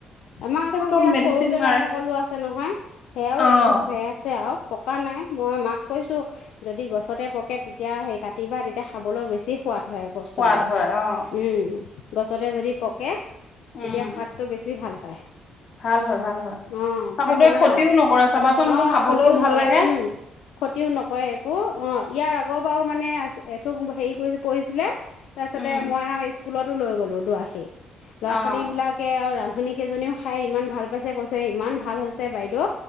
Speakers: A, on the left; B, on the left.
A: আমাৰ
B: সেই
A: আকৌ
B: চব
A: সেয়া
B: মেডিচিন
A: সৰুতে
B: মাৰে
A: লগা কলো আছে নহয় সেয়াও
B: অ',
A: এথুক হৈ আছে আৰু পকা নাই মই মাক কৈছোঁ যদি গছতে পকে তেতিয়া সেই কাটিবা তেতিয়া খাবলৈ বেছি সোৱাদ হয় বস্তুবিলাক
B: সোৱাদ হয় অ',
A: উম গছতে যদি পকে
B: উম,
A: তেতিয়া সোৱাদটো বেছি ভাল হয় <inaudible>
B: ভাল হয়, ভাল হয়,
A: অঁ
B: আসতে
A: ভাত বনালা
B: ক্ষতিও নকৰে চাবাচোন
A: অ',
B: হেইটো খাবলৈও
A: ক্ষতিও
B: ভাল
A: নকৰে
B: লাগে।
A: উম, ক্ষতিও নকৰে একো অ ইয়াৰ আগৰ বাৰু এঠোক হেৰি পৰিছিলে তাৰপাছতে
B: উম,
A: মই আৰু স্কুলতো লৈ গ'লোঁ দূআশী ল'ৰা
B: অ',
A: ছোৱালী বিলাকে আৰু ৰান্ধ ৰান্বনীনিকেইজনীও খাই ইমান ভাল পাইছে কৈছে ইমান ভাল হৈছে বাইদেউ